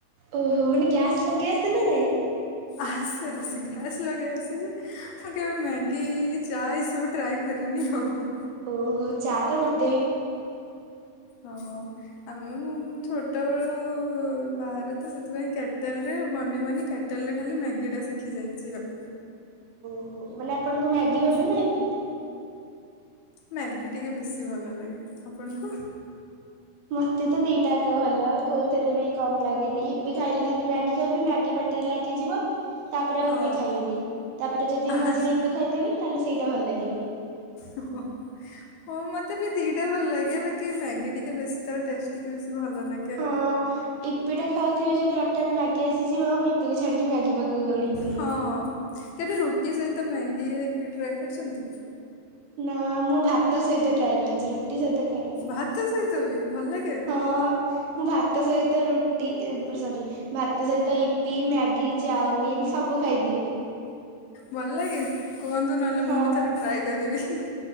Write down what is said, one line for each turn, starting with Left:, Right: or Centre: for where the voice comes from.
Right: ଓହୋ ମାନେ ଗ୍ୟାସ୍ ଲଗେଇ ଆସେ ନା ନାଇଁ?
Left: ଆସେ ଆସେ ଗ୍ୟାସ୍ ଲଗେଇ ଆସେ ଯେ ମୁଁ କେବେ ମ୍ୟାଗି ଚା ଏସବୁ ଟ୍ରାଏ କରିନି ଆଉ।
Right: ଓହୋ ଚା ତ ମତ୍
Left: ହଁ। ଆମେ ଛୋଟ ବେଳୁ ବାହାରେ ତ ସେଥିପାଇଁ କେଟେଲ ରେ ବନେଇ ବନେଇ ଟୋଟାଲରେ ଖାଲି ମ୍ୟାଗିଟା ଶିଖି ଯାଇଚି ଆଉ।
Right: ଓହୋ ମାନେ ଆପଣଙ୍କୁ ମ୍ୟାଗି
Left: ହଁ
Right: ଭଲ ନା ଇପି?
Left: ମ୍ୟାଗି ଟିକେ ବେଶୀ ଭଲ ଲାଗେ। ଆପଣଙ୍କୁ?
Right: ମତେ ତ ଦିଟା ଆକ ଭଲ କୋଉଥେରେ ବି କମ ଲାଗେନି। ଇପି ଖାଇଲେ ଯଦି ମ୍ୟାଗି ଖାଇବି ମ୍ୟାଗି ପାଟ୍ ପାଟି ରେ ଲାଗିଯିବ। ତାପରେ ଆଉ
Left: ହଁ
Right: ଇପି ଖାଇବିନି। ତାପରେ ଯଦି
Left: ଆଚ୍ଛା।
Right: ମଝିରେ ଇପି ଖାଇଦେବି ତାହେଲେ ସେଇଟା ଭଲ ଲାଗିବ।
Left: ଉ ଓହୋ। ହଁ ମତେ ବି ଦିଟା ଭଲ ଲାଗେ। ବାକି ମ୍ୟାଗି ଟିକେ ବେଶୀ ତାର ଟେଷ୍ଟି ଟିକେ ବେଶୀ ଭଲ ଲାଗେ।
Right: ହଁ
Left: ଆଉ।
Right: ଇପିଟା ଖାଉଥିବି ଯଦି ହଠାତ୍ ମ୍ୟାଗି ଆସିଯିବ ମୁଁ ଇପିକୁ ଛାଡିକି ମ୍ୟାଗି ପାଖକୁ ଦୌଡିକି ପଳେଇବି।
Left: ହଁ କେବେ ରୁଟି ସହିତ ମ୍ୟାଗିି ୟା ୟପି ଟ୍ରାଏ କରିଛନ୍ତି?
Right: ନା ମୁଁ ଭାତ ସହିତ ଟ୍ରାଏ କରିଛି, ରୁଟି ସହିତ କରିନି,
Left: ଭାତ ସହିତ ବି ଭଲ ଲାଗେ
Right: ହଁ ମୁଁ ଭାତ ତା ସହିତ ରୁଟି <unintelligible> ସରି। ଭାତ ସହିତ ଇିପି, ମ୍ୟାଗି, ଚାଉମିିନ ସବୁ ଖାଇଦିଏ।
Left: ଭଲ ଲାଗେ କୁହନ୍ତୁ ନହେଲେ
Right: ହଁ
Left: ମୁଁ ବି ଥରେ ଟ୍ରାଏ କରିବି?